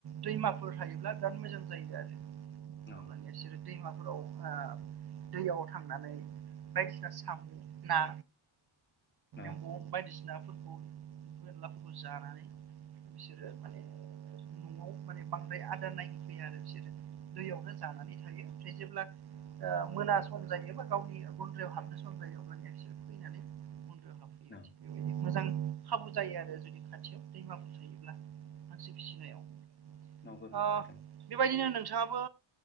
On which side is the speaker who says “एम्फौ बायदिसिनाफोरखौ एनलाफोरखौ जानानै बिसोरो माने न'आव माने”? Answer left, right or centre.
Right